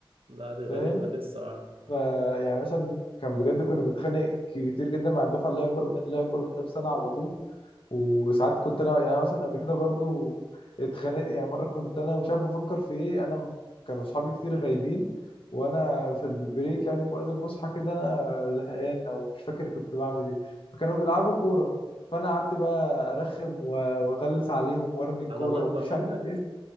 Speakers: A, on the right; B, on the left.
A: لا دي غريبة
B: فاهم
A: دي الصراحة
B: فيعني مثلا كان بجد كنا بنتخانق كتير جدا مع الدفعة اللي هي أكبر مننا اللي هي أكبر مننا بسنة على طول وساعات كنت انا يعني أنا مثلا قبل كده برضو اتخانقت يعني مره كنت انا مش عارف بفكر في ايه انا كانوا اصحابي كتير غايبين وانا في البريك يعني في وقت الفسحه كده انا زهقان او مش فاكر كنت بعمل ايه فكانوا بيلعبوا كوره فانا قعدت بقى ارخم و- واغلس عليهم وارمي الكوره
A: على اللي أكبر
B: ومش
A: منك
B: عارف ايه